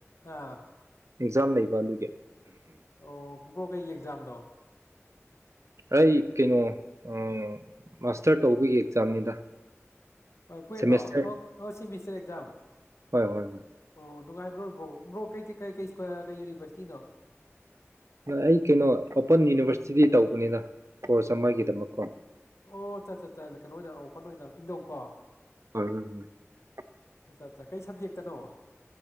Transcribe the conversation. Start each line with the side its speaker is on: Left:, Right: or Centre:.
Left: ꯑꯥ
Right: ꯑꯦꯛꯖꯥꯝ ꯂꯩꯕ ꯑꯗꯨꯒꯤ
Left: ꯑꯣ ꯕꯔꯣ ꯀꯩꯒꯤ ꯑꯦꯛꯖꯥꯝꯅꯣ
Right: ꯑꯩ ꯀꯩꯅꯣ ꯑꯥ ꯃꯥꯁꯇꯔ ꯇꯧꯕꯒꯤ ꯑꯦꯛꯖꯥꯝꯅꯤꯗ
Left: ꯀꯨꯋꯦꯠ
Right: ꯁꯦꯃꯦꯁꯇꯔ
Left: ꯂꯣ ꯑꯣ ꯑꯣ ꯁꯤꯃꯤꯁꯇꯔ ꯑꯦꯛꯖꯝ
Right: ꯍꯣꯏ ꯍꯣꯏ ꯍꯣꯏ
Left: ꯑꯣ ꯅꯨꯡꯉꯥꯏꯕ꯭ꯔꯣ ꯕ꯭ꯔꯣ ꯕ꯭ꯔꯣ ꯀꯩꯩ ꯀꯩ ꯀꯩ ꯀꯩ ꯌꯨꯅꯤꯚꯔꯁꯤꯇꯤꯅꯣ
Right: ꯑꯩ ꯀꯩꯅꯣ ꯑꯣꯄꯟ ꯌꯨꯅꯤꯚꯔꯁꯤꯇꯤꯗꯤ ꯇꯧꯕꯅꯤꯅ ꯀꯣꯔꯁ ꯑꯃꯒꯤꯗꯃꯛꯀꯣ
Left: ꯑꯣ ꯆ ꯆ ꯆ ꯀꯩꯅꯣ ꯑꯣꯏꯅ ꯑꯣꯄꯟ ꯑꯣꯏꯅ ꯏꯪꯅꯧ ꯀꯣ
Right: <unintelligible>
Left: ꯑꯠꯆꯥ ꯑꯠꯆꯥ ꯀꯩ ꯁꯕꯖꯦꯛꯇꯅꯣ